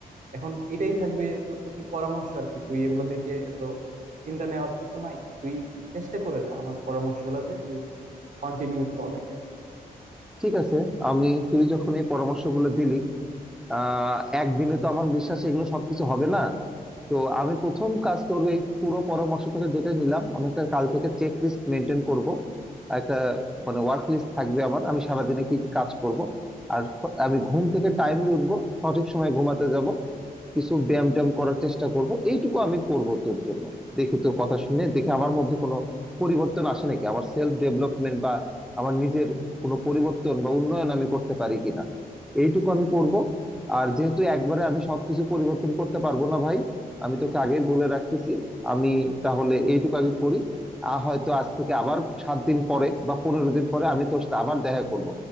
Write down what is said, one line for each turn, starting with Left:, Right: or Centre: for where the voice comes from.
Right: এখন এটাই থাকবে তোর প্রতি পরামর্শ আর কি তুই এগুলো দেখে এত চিন্তা নেওয়ার কিছু নাই তুই চেষ্টা করে যা আমার পরামর্শ হলো যে তুই কন্টিনিউ কর এটা
Centre: ঠিক আছে আমি তুই যখন এই পরামর্শগুলো দিলি আহ একদিনে তো আমার বিশ্বাস এগুলো সবকিছু হবে না তো আমি প্রথম কাজ তোর এই পুরো পরামর্শ থেকে যেটা নিলাম আমি একটা কাল থেকে চেক লিস্ট মেনটেন করব একটা মানে ওয়ার্ক লিস্ট থাকবে আমার আমি সারাদিনে কি কি কাজ করব আর স- আমি ঘুম থেকে টাইমলি উঠবো সঠিক সময় ঘুমাতে যাব কিছু ব্যায়াম ট্যায়াম করার চেষ্টা করব এইটুকু আমি করব তোর জন্য দেখি তোর কথা শুনে দেখি আমার মধ্যে কোনো পরিবর্তন আসে নাকি আমার সেলফ ডেভেলপমেন্ট বা আমার নিজের কোনো পরিবর্তন বা উন্নয়ন আমি করতে পারি কিনা এইটুকু আমি করব আর যেহেতু একবারে আমি সবকিছু পরিবর্তন করতে পারবো না ভাই আমি তোকে আগেই বলে রাখতেছি আমি তাহলে এইটুকু আগে করি আর হয়তো আজ থেকে আবার সাত দিন পরে বা পনেরো দিন পরে আমি তোর সাথে আবার দেখা করব